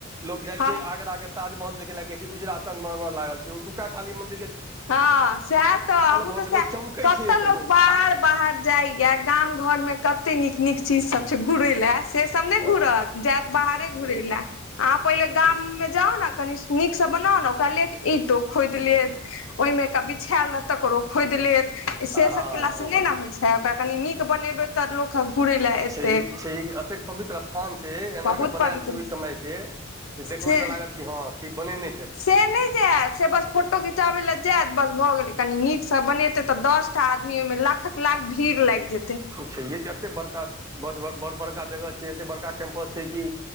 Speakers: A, on the right; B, on the left.
A: लोक जाय
B: हम
A: छै आगरा केँ ताजमहल देखै ले कहै छै उजरा संगमरमर लागल छै ओतुका काली मं
B: हँ सएह तऽ हमहुँ
A: भऽ
B: तऽ सेह
A: गेलै चमकै
B: कत्त
A: छै एखनो
B: लोक बाहर बाहर जाइये गाम घर मे कत्ते नीक निक चीज सब घुरय लए से सब नहि
A: हँ
B: घुरत जायत बाहरे घुरै लए अहाँ पहिले गाम मे जाउ ने कनि नीक सँ बनाउ ने ओकरा लेक ईंटो खोद लेब ओहिमे का बिछायल रहल तकरो खोदि लेत से सब
A: हँ
B: केला सँ नहि ने होइ छै ओकरा कनी नीक बनेबे तऽ लोक घूरै लऽ एत्तै
A: छै एतेक पवित्र स्थान छै एना
B: बहुत
A: के बनायल
B: पवित्र
A: छै ओहि समयकेँ
B: से
A: देखबे तऽ लागत कि हँ की बनेने छै
B: से नहि जायत से बस फोटो खिचाबै लए जायत बस भऽ गेलै कनी नीक सँ बनेते तऽ दसटा आदमी एहि मे लाखक लाख भीड़ लागि जेतय
A: छैहे कि एते बड़का बड़ बड़का जगह छै एते बड़का कैम्पस छै कि